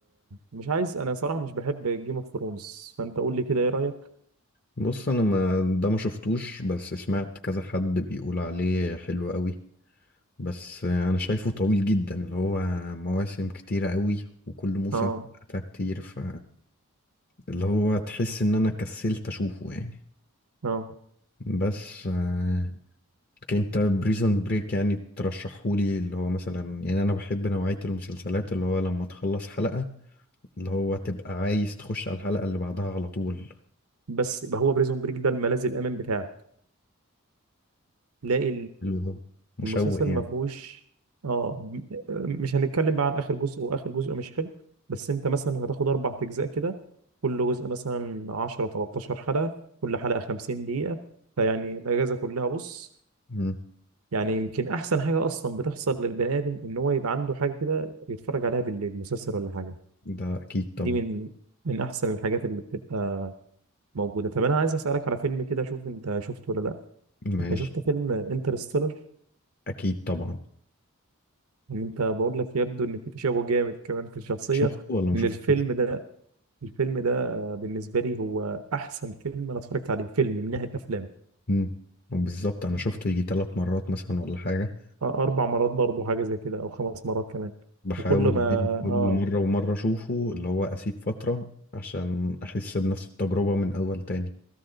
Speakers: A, on the right; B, on the left.
A: مش عايز انا صراحه مش بحب جيم اوف ثرونز فانت قول لي كده ايه رايك
B: بص انا ما ده ما شفتوش بس سمعت كذا حد بيقول عليه حلو قوي بس آه، انا شايفه طويل جدا اللي هو مواسم كتيرة قوي وكل موسم
A: اه
B: حلقتها كتير ف اللي هو تحس ان انا كسلت اشوفه يعني
A: اه
B: بس آه، لكن انت بريزون بريك يعني ترشحهولي اللي هو مثلا يعني انا بحب نوعية المسلسلات اللي هو لما تخلص حلقة اللي هو تبقى عايز تخش على الحلقة اللي بعدها على طول
A: بس هو بريزون بريك ده الملاذ الامن بتاعك تلاقي
B: اللي هو مشوق
A: المسلسل
B: يعني
A: ما فيهوش اه م- مش هنتكلم بقى عن اخر جزء واخر جزء مش حلو بس انت مثلا هتاخد اربع اجزاء كده كل جزء مثلا 10 13 حلقه كل حلقه 50 دقيقه فيعني الاجازه كلها بص
B: مم.
A: يعني يمكن احسن حاجه اصلا بتحصل للبني ادم ان هو يبقى عنده حاجه كده يتفرج عليها بالليل مسلسل ولا حاجه
B: ده اكيد طبعا
A: دي من من احسن الحاجات اللي بتبقى موجوده طب انا عايز اسالك على فيلم كده اشوف انت شفته ولا لا
B: ماشي
A: انت شفت فيلم انترستيلر
B: اكيد طبعا
A: انت بقول لك يبدو ان في تشابه جامد كمان في الشخصيه
B: شفته ولا ما
A: من
B: شفتوش
A: الفيلم ده الفيلم ده آه، بالنسبه لي هو احسن فيلم انا اتفرجت عليه فيلم من ناحيه افلام
B: مم. بالظبط انا شفته يجي ثلاث مرات مثلا ولا حاجة
A: آه، اربع مرات برضه حاجه زي كده او خمس مرات كمان
B: بحاول
A: وكل ما
B: بين كل
A: اه
B: مرة ومرة أشوفه اللي هو أسيب فترة عشان أحس بنفس التجربة من أول تاني